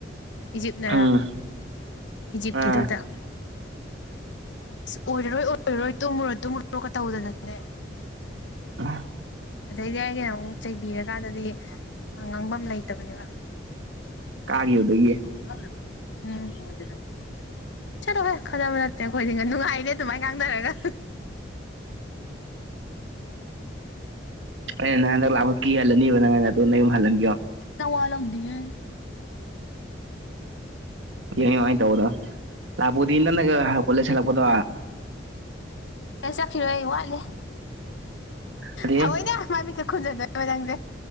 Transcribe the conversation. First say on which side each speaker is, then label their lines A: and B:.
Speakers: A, on the left (about 80°); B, on the right (about 85°).
A: ꯏꯖꯤꯞꯅꯔꯥ
B: ꯎꯝ
A: ꯏꯖꯤꯞꯀꯤꯗꯨꯗ
B: ꯑꯥ
A: ꯑꯁ ꯑꯣꯏꯔꯔꯣꯏ ꯑꯣꯏꯔꯔꯣꯏ ꯇꯨꯝꯃꯨꯔꯣ ꯇꯨꯝꯃꯨꯔꫭꯒ ꯇꯧꯗꯅꯅꯦ
B: ꯑ
A: ꯑꯗꯩꯗꯤ ꯑꯩꯒꯤꯅ ꯑꯃꯨꯛ ꯆꯩꯕꯤꯔꯀꯥꯟꯗꯗꯤ ꯉꯥꯡꯕꯝ ꯂꯩꯇꯕꯅꯦꯕ
B: ꯀꯥꯒꯤꯕꯗꯨꯒꯤ
A: ꯎꯝ ꯆꯠꯂꯣ ꯍꯦ ꯈꯠꯅꯕ ꯅꯠꯇꯦ ꯑꯩꯈꯣꯏꯗꯤ ꯅꯨꯡꯉꯥꯏꯅꯦ ꯑꯗꯨꯃꯥꯏ ꯉꯥꯡꯅꯔꯒ <unintelligible>
B: ꯑꯩꯅ ꯅꯪ ꯍꯟꯗꯛ ꯂꯥꯛꯄꯗ ꯀꯤꯍꯜꯂꯅꯤꯕ ꯅꯪꯅꯗꯣ ꯅ ꯌꯨꯝ ꯍꯜꯂꯟꯒꯦ
A: ꯅꯋꯥꯂꯧꯗꯤ ꯑꯦ
B: ꯌꯦꯟ ꯑꯗꯨꯃꯥꯏ ꯇꯧꯕꯗꯣ ꯂꯥꯛꯄꯨꯗꯤ ꯅꯪꯅꯒ ꯀꯣꯂꯦꯖ ꯍꯂꯛꯄꯗꯣ
A: ꯆꯠꯈꯤꯔꯣꯏ ꯑꯩ ꯋꯥꯠꯂꯤ
B: ꯑꯗꯩ
A: ꯊꯑꯣꯏꯅ ꯃꯥꯏ ꯃꯤꯠꯀꯥ ꯈꯨꯝꯖꯟꯗꯣꯏꯕ ꯅꯪꯁꯦ